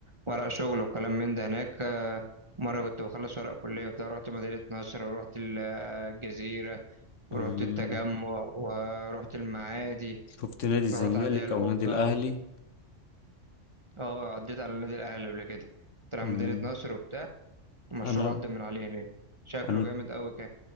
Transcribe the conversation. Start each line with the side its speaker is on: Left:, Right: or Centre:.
Right: ورق شغل وكلام من ده هناك آه، مرة كنت بخلص ورق كلية وبتاع رحت مدينة نصر ورحت ال- الجزيرة ورحت
Left: امم
Right: التجمع ورحت المعادي
Left: شفت نادي
Right: ورحت
Left: الزمالك
Right: هدايا القبة
Left: او نادي الاهلي
Right: و... اه عديت على نادي الأهلي قبل كده كنت على
Left: امم
Right: مدينة نصر وبتاع المشروع
Left: انا
Right: عدى من عليه هناك شكله
Left: انا
Right: جامد أوي كان